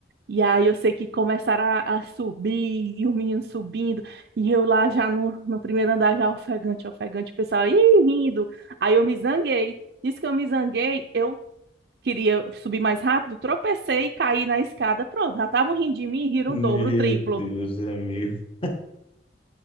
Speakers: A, on the right; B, on the left.
A: E aí eu sei que começaram a, a subir, e os meninos subindo, e eu lá já no, no primeiro andar, já ofegante, ofegante, o pessoal, ih, rindo. Aí eu me zanguei. Diz que eu me zanguei, eu queria subir mais rápido, tropecei e caí na escada. Pronto, já estavam rindo de mim e riram
B: Meu
A: o dobro, o triplo.
B: Deus, amigo.